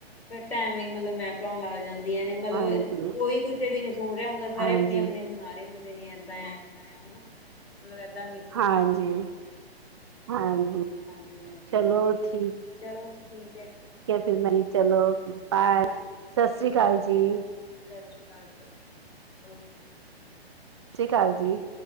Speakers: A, on the left; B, on the right.
A: ਫਿਰ ਤੇ ਐਂਵੀ ਵੀ ਮਤਲਬ ਮਹਿਫਲਾ ਲੱਗ ਜਾਂਦੇ ਜਾਂਦੀਆਂ ਨੇ ਮਤਲਬ
B: ਹਾਂਜੀ
A: ਕੋਈ ਕਿਸੇ ਦੀ ਨੀ ਸੁਣ ਰਿਹਾ ਹੁੰਦਾ ਸਾਰੇ
B: ਹਾਂਜੀ
A: ਆਪਣੀ -ਆਪਣੀ ਸੁਣਾ ਰਹੇ ਹੁੰਦੇ ਨੇ ਏਦਾਂ ਆ ਏਦਾਂ ਆ ਹਨਾ ਏਦਾਂ ਮ
B: ਹਾਂਜੀ <inaudible> ਹਾਂਜੀ
A: ਹਾਂਜੀ- ਹਾਂਜੀ
B: ਚਲੋ ਠੀਕ
A: ਚਲੋ ਠੀਕ
B: ਕੇ ਫਿਰ ਮੈਂ ਚਲੋ। ਬਾਏ
A: ਹਾਂਜੀ
B: ਸਤਿ ਸ੍ਰੀ
A: ਠੀਕ
B: ਅਕਾਲ ਜੀ,
A: ਓਕੇ ਸਤਿ ਸ਼੍ਰੀ ਅਕਾਲ ਸਰ ਓਕੇ।
B: ਸਤਿ ਸ਼੍ਰੀ ਅਕਾਲ ਜੀ।